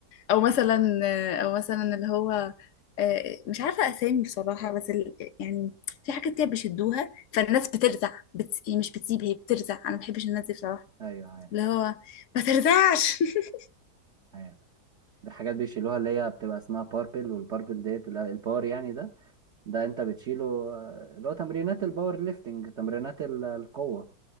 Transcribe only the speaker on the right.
أيوه عارف
عارف دي حاجات بيشيلوها اللي هي بتبقى اسمها باربل والباربل ديت اللي هو الباور يعني ده ده انت بتشيله آه، اللي هو تمرينات الباور ليفتنج تمرينات ال- القوة